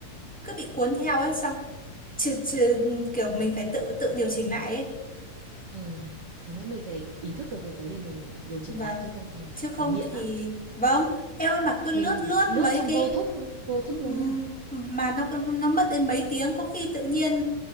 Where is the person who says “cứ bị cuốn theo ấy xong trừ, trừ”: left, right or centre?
Centre